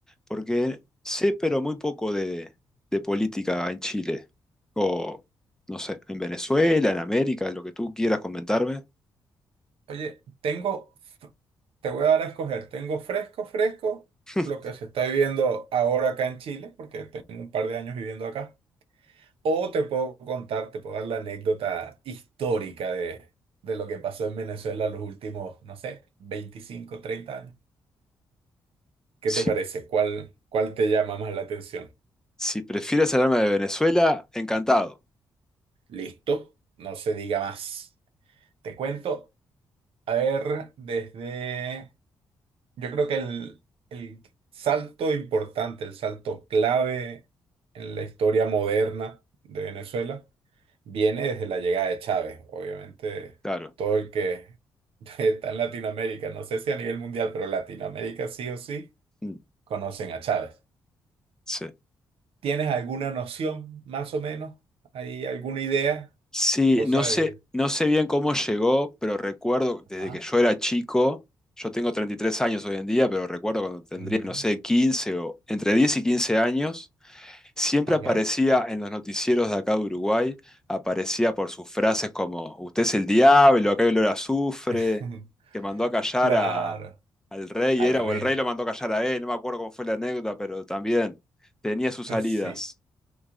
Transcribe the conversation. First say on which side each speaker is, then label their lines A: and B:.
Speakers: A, in the centre; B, on the right.
A: porque sé pero muy poco de, de política en Chile, o no sé, en Venezuela, en América, lo que tú quieras comentarme.
B: oye, tengo, f- te voy a dar a escoger, tengo fresco, fresco,
A: <laughs>
B: lo que se está viviendo ahora acá en Chile, porque tengo un par de años viviendo acá, o te puedo contar, te puedo dar la anécdota histórica de, de lo que pasó en Venezuela los últimos, no sé, 25 30 años. ¿Qué te
A: Si,
B: parece? ¿Cuál, cuál te llama más la atención?
A: si prefieres hablarme de Venezuela, encantado,
B: Listo, no se diga más. Te cuento, a ver, desde... Yo creo que el, el salto importante, el salto clave en la historia moderna de Venezuela viene desde la llegada de Chávez. Obviamente,
A: claro.
B: todo el que <laughs> está en Latinoamérica, no sé si a nivel mundial, pero Latinoamérica sí o sí,
A: Mm,
B: conocen a Chávez.
A: Sí.
B: ¿Tienes alguna noción, más o menos? ¿Hay alguna idea?
A: Sí,
B: Cosa
A: no sé,
B: de que...
A: no sé bien cómo llegó, pero recuerdo desde
B: Ah,
A: que yo era chico, yo tengo 33 años hoy en día, pero recuerdo cuando tendría,
B: mm,
A: no
B: ya,
A: sé, 15 o entre 10 y 15 años, siempre
B: ok.
A: aparecía en los noticieros de acá de Uruguay, aparecía por sus frases como, usted es el diablo, acá hay olor a azufre,
B: <laughs>
A: que mandó a callar
B: Claro,
A: a, al rey,
B: al
A: era,
B: rey.
A: o el rey lo mandó a callar a él, no me acuerdo cómo fue la anécdota, pero también tenía sus salidas.
B: Sí.